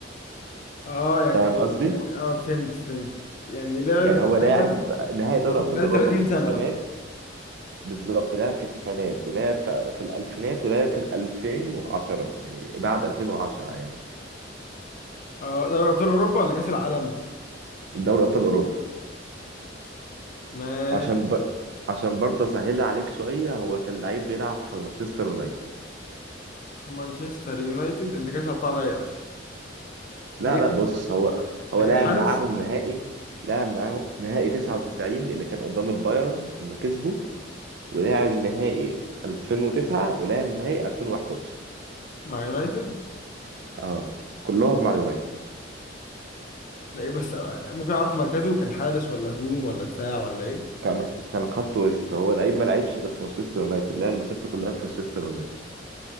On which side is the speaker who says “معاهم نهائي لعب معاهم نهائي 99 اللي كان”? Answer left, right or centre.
Right